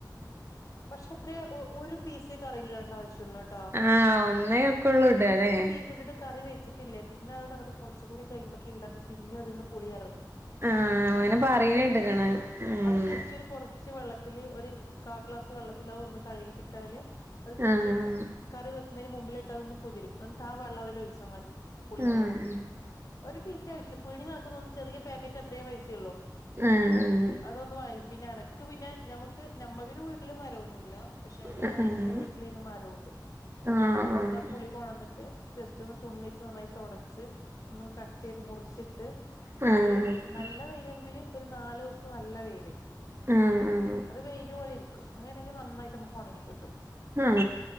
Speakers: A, on the left (about 50°); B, on the right (about 30°).
A: പക്ഷെ ഇത്രയ ഒരു പീസെ കറിൽ ഇടണ്ട ആവശ്യ ഉള്ളൂടോ
B: ആഹ് ഒന്നേ
A: ഒ
B: ഒക്കെ ഉള്ളൂ ഇടാല്ലേ
A: ഒര് പീസിലിട്ട് കറി വെച്ചി ട്ടില്ലേ പിന്നെ അവിടുന്ന് അങ്ങോട്ട് കുറച്ചു കൂടി കഴിയ്പോക്ക അത് പിന്നെയും അതിൽന്ന് പുളി ഇറങ്ങും
B: ആഹ് അങ്ങനെ പറയണ
A: ഒരു
B: കേട്ട്ക്കണ്
A: പീസ്
B: ഉം
A: അത് ജസ് ച്ച് ഒരു കൊറച്ച് വെള്ളത്തില് ഒരു കാ ഗ്ലാസ് വെള്ളത്തില് ഒന്ന് കഴുകിട്ടിട്ടാല് അത് ജസ്റ്റ്
B: ആഹ്
A: ഒരു കറി വെക്കുന്നതിന് മുമ്പിലിട്ട് അതൊന്ന് കുതിരും എന്നിട്ട് ആ വെള്ളം അതിൽ ഒഴിച്ചമതി പുളിയോട്
B: ആഹ്
A: കൂടിട്ട് ഒരു പീസ് <unintelligible> ആവിശേയുള്ളൂ പിടിനക്ക ചെറിയ പാക്കറ്റ് അത്രയേ പൈസ ഉള്ളൂ
B: ആഹ് ആഹ്
A: അതൊന്ന് വാങ്ങ പിന്നെന എക്ക് പിന്നെ നമുക്ക് നമ്മടെ വീട്ടില് മരമൊന്നുമില്ല പക്ഷെ നമ്മളെ
B: ആഹ്
A: ബന്ധുവിന്റെ
B: ആഹ്
A: വീട്ടിലീന്റെ മരുണ്ട് അപ്പം
B: ആഹ്
A: അവിടുന്ന് ആ പുളി കൊളന്നിട്ട് ജടെസ്റ്റ് ഒന്ന് തുണി വെച്ച് നന്നായി തുടച്ച് ഒന്ന് കട്ട് ചെയ്ത് മുറിച്ചിട്ട്
B: ആഹ് ആഹ്
A: ഒരു നല്ല വെയിലങ്കില് ഒരു നാലു ദിവസത്തെ നല്ല വെയില്
B: ഉം ഉം
A: അത് വെയിലൽ പോലെ ഇരിക്കും അങ്ങനെയെങ്കിൽ നന്നായിട്ട് നമുക്ക് ഉണങ്ങി കിട്ടും.
B: ആഹ